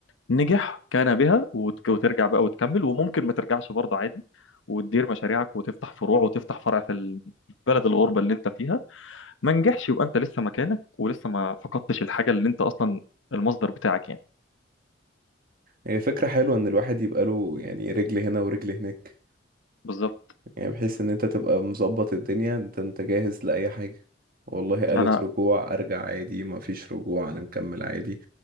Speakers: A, on the left (about 80°); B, on the right (about 50°).
A: نجح كان بها وت- وترجع بقى وتكمل وممكن ما ترجعش برضه عادي وتدير مشاريعك وتفتح فروع وتفتح فرع في البلد الغربة اللي انت فيها ما نجحش يبقى انت لسه مكانك ولسه ما فقدتش الحاجة اللي انت اصلا المصدر بتاعك يعني
B: هي فكره حلوه ان الواحد يبقى له يعني رجل هنا ورجل هناك
A: بالظبط
B: يعني بحيث ان انت تبقى مظبط الدنيا انت انت جاهز لأي حاجة والله قالت
A: انا
B: رجوع ارجع عادي ما فيش رجوع انا مكمل عادي